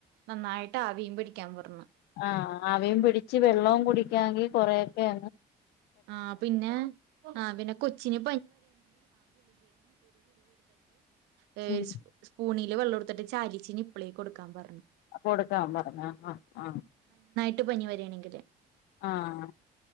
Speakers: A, on the right; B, on the left.
A: നന്നായിട്ട് ആവിയും പിടിക്കാൻ പറഞ്ഞു
B: ആഹ അവയും പിടിച്ച് വെള്ളം കുടിക്കാെങ്കിൽ കൊറെൊക്കെ
A: ആ പിന്നെ ആ പിന്നെ കൊച്ചിന വണെങ്ക്
B: ഉം
A: വെള്ളോർട്ട ചാലിച്ച് നിപ്പിളേക്ക് കൊടുക്കൻ പറഞ്ഞു
B: കൊടുക്കാ പറ ആഹ് ആഹ
A: എട്ട് പനി വരിയാണെങ്കിൽ
B: ആഹ